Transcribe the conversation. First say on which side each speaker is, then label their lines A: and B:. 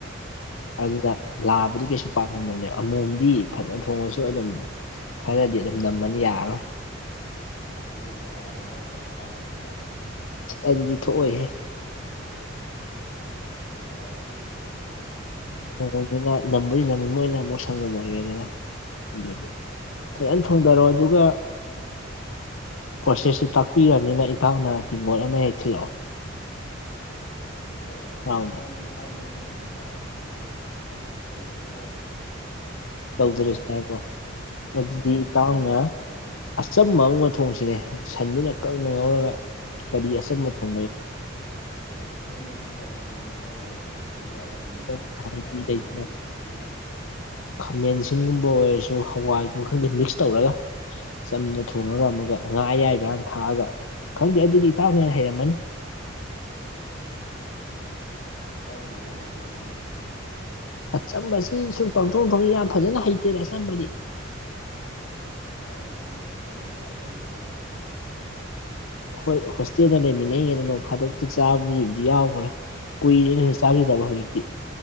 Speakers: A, on the left; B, on the left.
A: ꯑꯣ- ꯑꯣ
B: ꯑꯗꯨꯗ ꯂꯥꯕꯗꯤ ꯀꯩꯁꯨ ꯄꯥꯛꯅꯝꯗꯕꯅꯦ ꯑꯃꯣꯝꯗꯤ ꯐꯅ ꯊꯣꯡꯉꯁꯨ ꯑꯗꯨꯝ ꯈꯔꯗꯤ ꯑꯗꯨꯝ ꯅꯝꯃꯅꯤ ꯌꯥꯔꯔꯣꯏ
A: ꯑꯣ ꯁꯪꯒꯣꯝ ꯁꯅꯥꯒꯤ ꯇꯥꯏꯞꯇ ꯃꯍꯥꯎꯒ ꯊꯣꯡꯆꯥꯠꯂꯣ
B: ꯑꯗꯨꯗꯤ ꯊꯣꯛꯑꯣꯏꯍꯦ
A: ꯍꯥꯏꯗꯤ ꯁꯪꯒꯣꯝ ꯁꯅꯥꯁꯨ ꯑꯗꯨꯝ ꯁꯪꯒꯣꯝꯅꯤꯅ ꯃꯅꯝ ꯅꯝ
B: ꯁꯪꯒꯣꯝꯅꯤꯅ ꯅꯝꯕꯨꯗꯤ ꯅꯝꯃꯤ ꯃꯣꯏꯅ ꯑꯃꯨꯛ ꯁꯪꯒꯣꯝ ꯑꯣꯏꯔꯦꯗꯅ ꯗꯨ
A: ꯑꯣ
B: ꯐꯖꯟ ꯊꯣ <unintelligible> ꯊꯣꯡꯗꯔꯣ ꯑꯗꯨꯒ ꯄ꯭ꯔꯣꯁꯦꯁꯁꯨ ꯇꯥꯛꯄꯤꯔꯕꯅꯤꯅ ꯏꯇꯥꯎꯅ ꯇꯤꯡꯒꯣꯠ ꯑꯃ ꯍꯦꯛ ꯊꯤꯂꯛꯑꯣ
A: ꯑꯁ ꯏꯇꯥꯎ
B: ꯏꯇꯥꯎꯅ
A: ꯅꯪ ꯍꯥꯡꯉꯗꯤ ꯑꯗꯨꯝ ꯂꯥꯛꯑꯣꯅꯦ ꯑꯩꯈꯣꯏꯗ ꯍꯦꯛꯇ ꯄꯥꯔꯇꯤ ꯇꯧꯕꯗꯨ ꯌꯥꯎꯔꯁꯤꯅꯦ ꯏꯇꯥꯎ
B: ꯇꯧꯖꯔꯁꯤ ꯍꯥꯏꯕ꯭ꯔꯣ
A: -ꯏꯇꯥꯎ
B: ꯑꯗꯨꯗꯤ
A: ꯂꯥꯛꯄꯅ
B: ꯏꯇꯥꯎꯅ
A: ꯍꯦꯟꯅ ꯈꯨꯗꯣꯡ ꯆꯥꯍꯟꯅꯤꯡꯅꯤ
B: ꯑꯆꯝꯕ ꯑꯃ ꯊꯣꯡꯁꯤꯅꯦ ꯁꯟꯗꯨꯅ ꯀꯪꯅ ꯉꯧꯔꯒ ꯀꯔꯤ ꯑꯆꯝꯕ
A: ꯑꯆꯝ
B: ꯊꯣꯡꯕ
A: <unintelligible>
B: ꯌꯥꯏ
A: ꯀꯩ ꯑꯆꯝꯕ ꯀꯩ ꯆꯥꯅꯤꯡꯒꯦꯅꯤ ꯏꯇꯥꯎꯕꯨ ꯑꯆꯝꯕꯒꯤ ꯋꯥꯗꯤ ꯗꯤ
B: ꯑꯆꯝꯕ
A: ꯅꯇꯥꯎ
B: ꯍꯥꯏꯗꯤ
A: ꯂꯩꯔꯤꯅꯦ
B: ꯂꯩꯗꯅ
A: ꯇꯧꯒꯦꯅꯦ
B: ꯈꯥꯃꯦꯟ ꯑꯁꯤꯟꯒꯨꯝꯕ ꯑꯣꯏꯔꯁꯨ ꯍꯋꯥꯏꯒꯨꯝ ꯈꯪꯗꯦ ꯃꯤꯛꯁ ꯇꯧꯔꯒ ꯆꯝꯅ ꯊꯣꯡꯉꯒ ꯑꯝꯃꯒ ꯉꯥ ꯑꯌꯥꯏꯕ ꯊꯥꯛꯑꯒ ꯈꯪꯗꯦ ꯑꯗꯨꯗꯤ ꯏꯇꯥꯎꯅ ꯍꯦꯟꯅ ꯍꯩꯔꯝꯃꯅꯤ
A: ꯑꯣ ꯑꯁ ꯏꯇꯥꯎꯕ ꯑꯆꯝꯕ ꯊꯣꯡꯕ ꯍꯩꯕ꯭ꯔꯣ
B: ꯑꯆꯝꯕꯁꯤ ꯁꯨꯝ ꯄꯪꯊꯣꯡ ꯊꯣꯡꯉꯤ ꯌꯥꯝ ꯐꯖꯅ ꯍꯩꯇꯦꯗ ꯑꯆꯝꯕꯗꯤ
A: ꯇꯇꯥꯎ ꯊꯣꯡꯕ‌ꯣꯏ ꯑꯆꯝꯕ ꯆꯥꯗ꯭ꯔꯤꯕ꯭ꯔꯅꯦ ꯅꯪꯕ‌ꯣ
B: ꯍꯣꯏ ꯍꯣꯁꯇꯦꯟꯗ ꯂꯩꯃꯤꯟꯅꯩꯉꯩꯗ ꯅꯣꯡ ꯐꯥꯗꯣꯛꯇ ꯆꯥꯕꯖꯤꯕꯨꯗꯤ ꯌꯥꯎꯒꯔꯦ ꯀꯨꯏꯔ‌ꯦꯅ‌‌ꯦ ꯆꯥꯒꯤꯗꯕ ꯍꯧꯖꯤꯛꯇꯤ